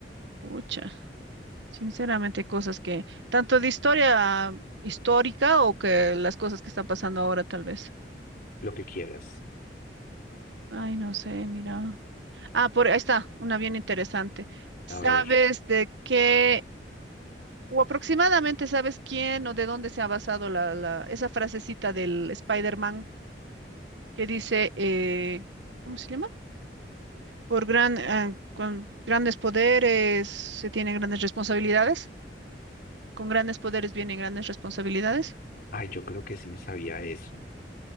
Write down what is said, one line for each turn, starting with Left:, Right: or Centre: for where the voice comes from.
Right: Pucha, sinceramente, hay cosas que, tanto de historia histórica o que las cosas que están pasando ahora, tal vez.
Left: lo que quieras.
Right: Ay, no sé, mira. Ah, por ahí está, una bien interesante. ¿Sabes
Left: A ver,
Right: de qué, o aproximadamente sabes quién o de dónde se ha basado la, la- esa frasecita del Spider-Man que dice, eh, ¿cómo se llama? Por gran, ah, con grandes poderes se tienen grandes responsabilidades. Con grandes poderes vienen grandes responsabilidades.
Left: ay, yo creo que sí me sabía eso.